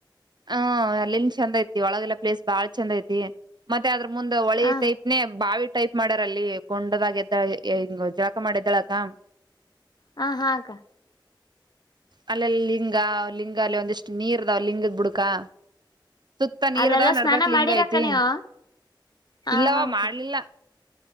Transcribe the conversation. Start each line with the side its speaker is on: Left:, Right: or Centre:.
Right: ಹ ಅಲ್ಲಿಲ್ಲಿ ಚಂದ ಐತಿ ಒಳಗೆಲ್ಲ ಪ್ಲೇಸ್ ಬಾಳ್ ಚಂದ ಐತಿ ಮತ್ತ ಅದ್ರ ಮುಂದ ಒಳೆ
Left: ಹ
Right: ಟೈಪ್ ನೇ ಬಾವಿ ಟೈಪ್ ಮಾಡಾರಲ್ಲಿ ಕೊಂಡದಾಗ ಎದ್ದಾಳ ಹಿಂಗ ಜಾಕ ಮಾಡದಾಳಕ್ಕ
Left: ಹ ಹಾಗ
Right: ಅಲ್ಲೆಲ್ಲಿ ಲಿಂಗ ಲಿಂಗ ಅಲ್ಲಿ ಒಂದಿಷ್ಟು ನೀರ್ದಾವ ಲಿಂಗದ ಬಿಡ ಕ್ಕಾ ಸುತ್ತ ನೀರ್
Left: ಅಲ್ಲೆಲ್ಲಾ
Right: ಅದಾವ
Left: ಸ್ನಾನ
Right: ನಡ್ಬಕ್ ಲಿಂಗ
Left: ಮಾಡಿರಕ್ಕ
Right: ಐತಿ
Left: ನೀವು ಹ
Right: ಇಲ್ಲವ
Left: ಹಾ ಅಕ್ಕ
Right: ಮಾಡ್ಲಿಲ್ಲ